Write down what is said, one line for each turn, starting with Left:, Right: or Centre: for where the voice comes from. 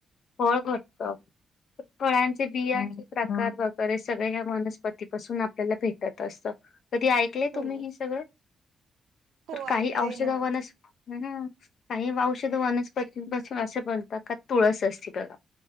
Left: फळ भेटत, फळांचे बियाचे प्रकार वगैरे सगळे ह्या वनस्प पतीपसून आपल्याला भेटत असत. कधी ऐकलेय
Right: हो
Left: तुम्ही हे सगळं?
Right: हो
Left: तर
Right: ऐकलंय
Left: काही औषधावनस
Right: ना
Left: महं काही औषध वनस्पतींपासून असं बनतात, का तुळस असती त्याला.